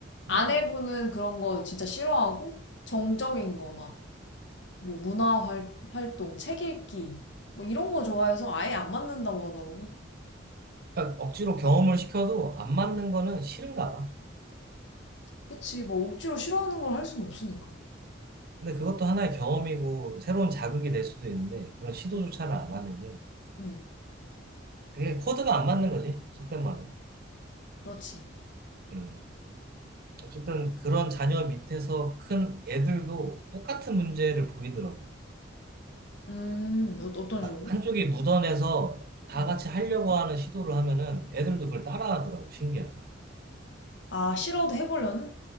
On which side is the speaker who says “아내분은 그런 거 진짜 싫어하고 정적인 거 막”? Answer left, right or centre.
Left